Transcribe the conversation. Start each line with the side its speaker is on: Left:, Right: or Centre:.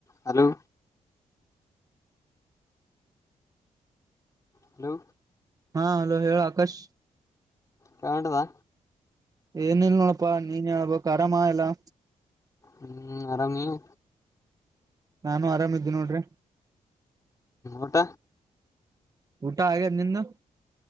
Left: Hello hello
Right: ಹಾ hello ಹೇಳ್ ಆಕಾಶ್.
Left: ಕಟದಾ
Right: ಏನ್ ಇಲ್ಲ ನೋಡಪ್ಪಾ ನೀನ್ ಹೇಳ್ಬೇಕ್ ಆರಾಮ ಎಲ್ಲಾ.
Left: ಹ್ಮ್ ಆರಾಮ್ ನೀವು.
Right: ನಾನು ಆರಾಮಿದ್ದೆ ನೋಡ್ರಿ.
Left: ಊಟ
Right: ಊಟ ಆಗೆದ್ ನಿಂದ.